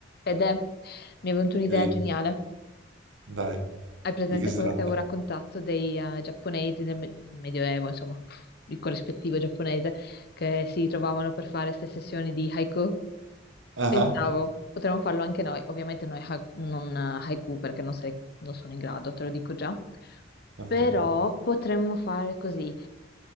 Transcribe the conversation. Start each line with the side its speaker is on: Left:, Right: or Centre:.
Left: Fede, mi è venuta un'idea
Right: Ehi,
Left: geniale.
Right: dai,
Left: Hai presente
Right: di che si
Left: quello
Right: tratta?
Left: che ti avevo raccontato dei eh, giapponesi del me- Medioevo, insomma, il corrispettivo giapponese, che si trovavano per fare queste sessioni di haiku?
Right: Ah,
Left: Pensavo,
Right: ah,
Left: potremmo farlo anche noi. Ovviamente noi ha- non eh, haiku perché non, sei- non sono in grado, te lo dico già.
Right: ok,
Left: Però potremmo fare così.